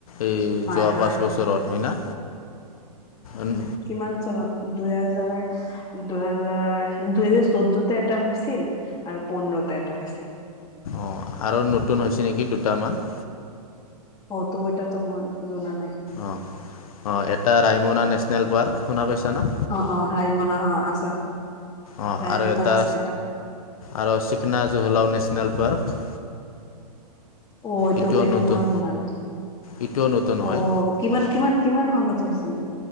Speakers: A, on the left (about 60°); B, on the left (about 20°).
A: এই
B: হয়
A: যোৱা
B: হয়
A: পাঁচ বছৰত হয় না উম।
B: মাঞ্চলত। দুহেজাৰ দুহেজাৰ দুহেজাৰ চৌধতে এটা হৈছিল আৰু পোন্ধৰত এটা হৈছিল।
A: অ' আৰু নতুন হৈছে নেকি দুটামান।
B: হ তো এতিয়াতো মই জনা নাই।
A: অ', অ এটা ৰায়মনা নেশ্যনেল পাৰ্ক শুনা পাইছানা?
B: অ অ ৰাইমনা হ আছে।
A: অ'
B: ৰাইমনা
A: আৰু এটা
B: আছে
A: আৰু চিকনা জহলাও নেশ্যনেল পাৰ্ক।
B: অ' এইটো
A: এইটোও
B: এইটো
A: নতুন
B: মই শুনা নাই,
A: এইটোও নতুন হয়
B: অ'। কিমান কিমান কিমান চনত হৈছিল?